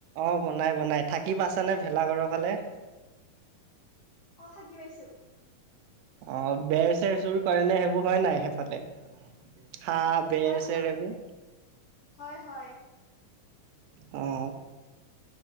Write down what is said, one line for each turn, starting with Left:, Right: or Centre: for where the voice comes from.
Right: অ বনাই বনাই। থাকি পাইছানে ভেলাঘৰৰ ফালে?
Left: অ থাকি পাইছো।
Right: অ বেৰ-চেৰ চুৰ কৰে নে, সেইবোৰ হয় নাই সেইফালে হাঁহ বেৰ
Left: হয়
Right: চেৰ
Left: হয়
Right: এইবোৰ
Left: হয় হয়।
Right: অ'।